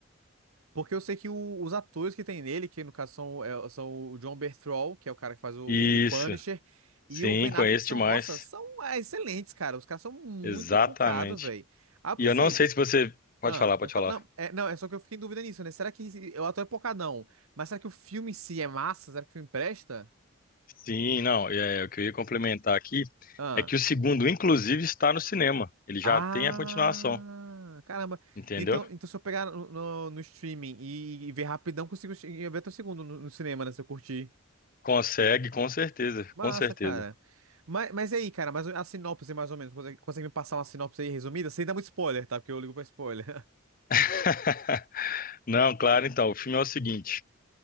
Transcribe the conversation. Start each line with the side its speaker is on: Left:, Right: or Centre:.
Right: Porque eu sei que o- os atores que tem nele, que no caso são, é- são o John Bertrand, que é o cara que faz o,
Left: Isso.
Right: Punisher, e
Left: Sim,
Right: o Ben
Left: conheço
Right: Affleck são,
Left: demais.
Right: nossa, são é, excelentes, cara. Os caras são muito
Left: Exatamente.
Right: pocados, velho. Aí eu
Left: E
Right: pensei,
Left: eu não sei se você pode
Right: ah,
Left: falar, pode
Right: pode
Left: falar.
Right: falar. Não, é, não, é só que eu fiquei em dúvida nisso, né? Será que esse- o ator é pocadão? Mas será que o filme em si é massa? Será que o filme presta?
Left: Sim, não, é, o que eu ia complementar aqui
Right: Ah.
Left: é que o segundo, inclusive, está no cinema. Ele já
Right: Ah,
Left: tem a continuação,
Right: caramba.
Left: entendeu?
Right: Então, então se eu pegar no, no, no streaming e, e ver rapidão, consigo che- ver até o segundo no, no cinema, né? Se eu curtir.
Left: Consegue, com certeza,
Right: Massa,
Left: com certeza.
Right: cara. Mas, mas e aí, cara, mas a sinopse, mais ou menos, consegue, consegue me passar uma sinopse aí resumida? Sem dar muito spoiler, tá? Porque eu ligo pra spoiler. <laughs>
Left: <laughs> Não, claro, então, o filme é o seguinte: